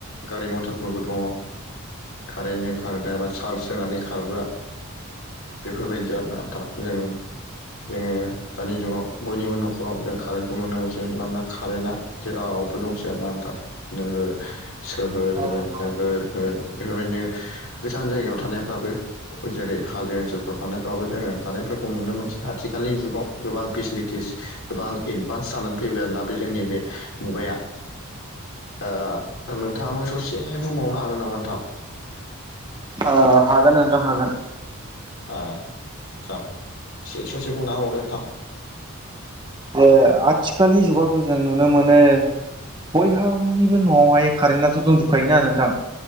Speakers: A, on the left; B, on the right.
A: गारि मथरफोरबो दङ कारेन्टजों खारग्रा एबा चार्ज होनानै खारग्रा बेफोरबायदि आरो ना नोंथां जों जोङो दानि जुगाव बयनिबो न'खराव जों कारेन्टखौ नुनो मोनसै मानोना कारेन्टआ जेरावबो दंसै आरोना नोंथां नोगोर सोहोर
B: औ
A: होन
B: नोंथां औ नोंथां
A: नोगोर
B: औ
A: होन बेफोरबायदिनो गोजान जायगायाव थानायफ्राबो जेरै हाजो ओनसोलफ्राव थानायफ्रावबो जोङो कारेन्टफोरखौ नुनो मोनसै आथिखालनि जुगाव गोबां फेसिलिटिस गोबां एडभान्स जानानै फैबाय आरोना बे जोंनि बे मुगाया ओ दा नोंथाङाबो ससे बुंबावनो हागोन नामा नोंथां
B: ओ हागोन नोंथां हागोन
A: आ दसा से ससे बुंना होबावदो नोंथां
B: ओ आथिखालनि जुगावथ जों नुनो मोनो बयहानिबो नआवहाय कारेन्टथ दंजोबखायो नालाय नोंथां